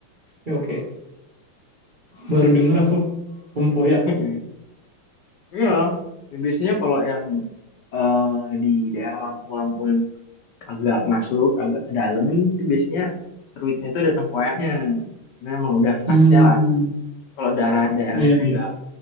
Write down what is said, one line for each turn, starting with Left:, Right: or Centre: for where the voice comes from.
Right: Oke, oke. Baru denger aku tempoyak.
Left: <laughs> Iya, biasanya kalau yang eh, di daerah Lampung-Lampung yang agak masuk, agak ke dalam, itu biasanya seruitnya itu ada tempoyaknya. Nah, emang udah khasnya
Right: Hmm,
Left: lah. Kalau daerah-daerah
Right: iya,
Left: yang
Right: iya.
Left: udah